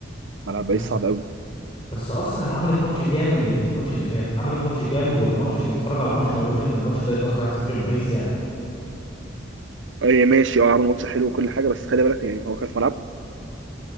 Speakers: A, on the right; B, on the left.
A: ملعب باريس
B: بس
A: صعب قوي
B: بس ارسنال عملت ماتش جامد الماتش اللي فات عملت ماتش جامد والماتش اللي اتفرج على الماتش ما يقولش ان الماتش ده يخلص 1-0 لباريس يعني
A: أه ماشي اه عملوا ماتش حلو وكل حاجه بس خلي بالك يعني هو كان في ملعبهم